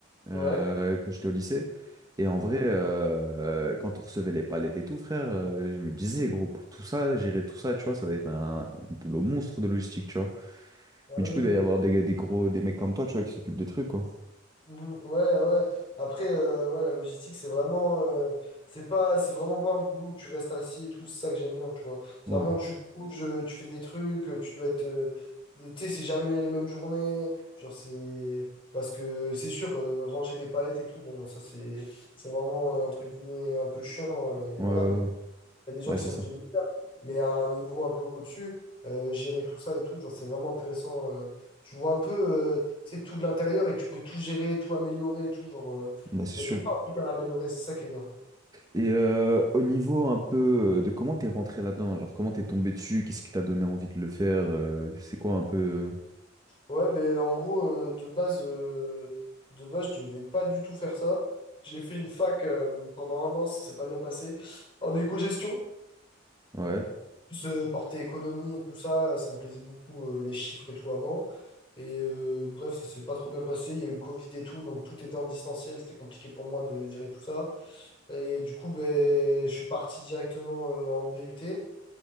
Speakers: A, on the right; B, on the left.
A: euh,
B: cool. Ouais.
A: quand j'étais au lycée. Et en
B: Mhm.
A: vrai, euh, quand on recevait les palettes et tout, frère, euh, je me disais, gros, pour tout ça, gérer tout ça, tu vois, ça doit être un, un boulot monstre de logistique, tu vois.
B: Ah
A: Mais
B: ouais,
A: du
B: ouais,
A: coup, il doit y avoir
B: ouais.
A: des, des gros, des mecs comme toi, tu vois, qui s'occupent des trucs, quoi.
B: Mhm. Ouais, ouais. ouais. Après, euh, ouais, la logistique, c'est vraiment, euh, c'est pas, c'est vraiment pas un boulot où tu restes assis et tout. C'est ça que j'aime bien, tu vois. C'est
A: Ouais,
B: vraiment, tu bouges, euh, tu fais des trucs, euh, tu dois être, euh, tu sais, c'est jamais les mêmes journées. Genre, c'est parce que c'est sûr, euh, ranger des palettes et tout. Bon, ça, c'est, c'est vraiment, euh, entre guillemets, un peu chiant. hein, Et
A: ouais,
B: voilà,
A: ouais.
B: mais
A: ouais.
B: y a des gens
A: Bah,
B: qui
A: c'est
B: sont
A: ça.
B: obligés de le faire. Mais à un niveau un peu au-dessus, euh, gérer tout ça et tout, genre, c'est vraiment intéressant. euh. tu vois un peu, euh, c'est tout de l'intérieur et tu peux tout gérer, tout améliorer, et tout. Genre, euh,
A: Bah, c'est
B: il
A: sûr.
B: y a tout le temps un truc à améliorer, c'est ça qui est bien.
A: Et euh, au niveau un peu euh, de comment t'es rentré là-dedans, genre comment t'es tombé dessus, qu'est-ce qui t'a donné envie de le faire, euh, c'est quoi un peu... euh,
B: Ouais, ben en gros, euh, de base, euh, de base, je devais pas du tout faire ça. J'ai fait une fac euh, pendant un an, ça s'est pas bien passé, en éco-gestion.
A: Ouais,
B: ce porté économie et tout ça, ça me plaisait beaucoup, euh, les chiffres et tout avant. Et euh, bref, ça s'est pas trop bien passé. Il y a eu le Covid et tout, donc tout était en distanciel. C'était compliqué pour moi de gérer tout ça. Et du coup, ben, je suis parti directement euh, en BUT.